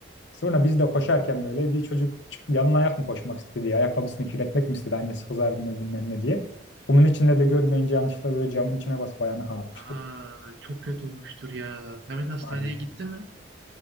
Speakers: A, on the left; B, on the right.
A: Sonra biz de koşarken böyle bir çocuk çık- yalın ayak mı koşmak istedi? Ayakkabısını kirletmek mi istedi? Annesi kızar mı bilmem ne diye. Kumun içinde de görmeyince yanlışlıkla böyle camın içine basıp ayağını kanatmıştı.
B: Aa, çok kötü olmuştur ya. Mehmet hastaneye
A: Harbiden.
B: gitti mi?